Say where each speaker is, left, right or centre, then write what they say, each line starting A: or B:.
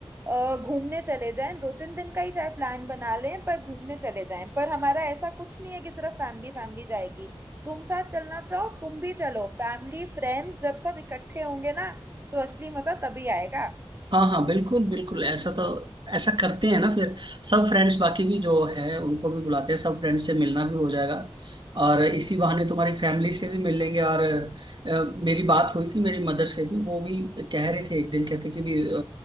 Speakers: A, on the right (about 25°); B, on the right (about 50°).
A: अ, घूमने चले जाएं दो तीन दिन का ही चाहे प्लान बना लें पर घूमने चले जाएं पर हमारा ऐसा कुछ नहीं है कि सिर्फ फैमिली फैमिली जाएगी तुम साथ चलना तो तुम भी चलो फैमिली फ्रेंड्स जब सब इकट्ठे होंगे ना तो असली मजा तभी आएगा
B: हाँ हाँ बिल्कुल बिल्कुल ऐसा तो ऐसा करते हैं ना फिर सब फ्रेंड्स बाकी भी जो है उनको भी बुलाते हैं सब फ्रेंड्स से मिलना भी हो जाएगा और इसी बहाने तुम्हारी फैमिली से भी मिल लेंगे और अ, मेरी बात हुई थी मेरी मदर से भी वो भी कह रहे थे एक दिन कहते कि भी अ,